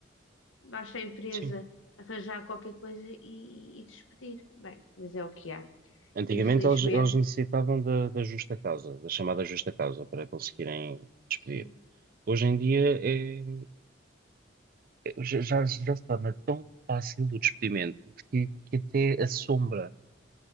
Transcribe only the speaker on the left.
basta a empresa
arranjar qualquer coisa e, e despedir. Bem, mas é o que há.
Infelizmente,
sim,